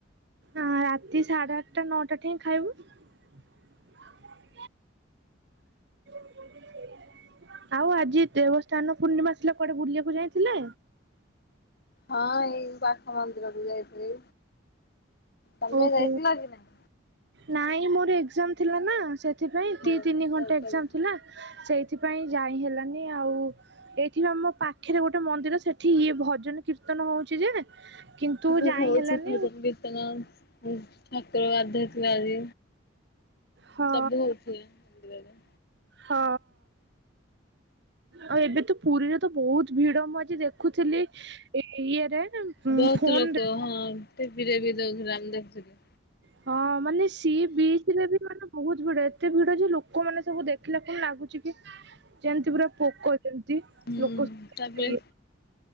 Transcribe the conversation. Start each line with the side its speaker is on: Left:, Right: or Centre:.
Right: ଆ ରାତି ସାଢେ ଆଠଟା ନଅଟା ଠେଇ ଖାଇବୁ। <unintelligible> ଆଉ ଆଜି ଦେବସ୍ଥାନ ପୂର୍ଣ୍ଣିମା ଥିଲା କୁଆଡେ ବୁଲିବାକୁ ଯାଇଥିଲେ?
Left: ହଁ ଏଇ ପାଖ ମନ୍ଦିରକୁୁ ଯାଇଥିଲି, ତମେ
Right: ଓହୋ
Left: ଯାଇଥିଲ କି ନାଇଁ?
Right: ନାଇଁ ମୋର ଏକ୍ଜାମ ଥିଲା ନା, ସେଥିପାଇଁ
Left: ଓହୋ
Right: ଦି ତିନି ଘଣ୍ଟା
Left: ଯାଇପାରିଲିନି।
Right: ଏକ୍ଜାମ ଥିଲା ସେଇ ସେଥିପାଇଁ ଯାଇ ହେଲାନି ଆଉ। ଏଇଠି ଆମ ପାଖରେ ଗୋଟେ ମନ୍ଦିର ସେଠି ଇଏ ଭଜନ କୀର୍ତ୍ତନ ହଉଛି ଯେ କିନ୍ତୁ
Left: ସବୁ
Right: ଯାଇ
Left: ହୋଉଛି
Right: ହେଲାନି
Left: ଭଜନ କୀର୍ତ୍ତନ, ଠାକୁର ଗାଧେଇ ଥିଲେ ଆଜି।
Right: ହଁ
Left: ସବୁ ହଉଛି ମନ୍ଦୀର ରେ।
Right: ହଁ, ଆଉ ଏବେ ତ ପୁରୀରେ ତ ବହୁତ ଭିଡ ମୁ ଆଜି ଦେଖ ଦେଖୁଥିଲି ଇଏରେ
Left: ବହୁତ
Right: ଫୋନ୍
Left: ଲୋକ
Right: ଡା
Left: ହଁ ଟିଭିରେ ବି ଦୋଉଥିଲା ମୁଁ ଦେଖଥିଲି।
Right: ହଁ ମାନେ ସି ବିଚ ରେ ବି ମାନ ବହୁତ ଭିଡ ଏତେ ଭିଡ ଯେ ଲୋକ ମାନେ ସବୁ ଦେଖିଲା କିଣି ଲାଗୁଛି କି ଯେମତି ପୁରା ପୋକ ଯେମିତି
Left: ହୁଁ,
Right: ଲୋକ
Left: ତାପରେ
Right: ଇଏ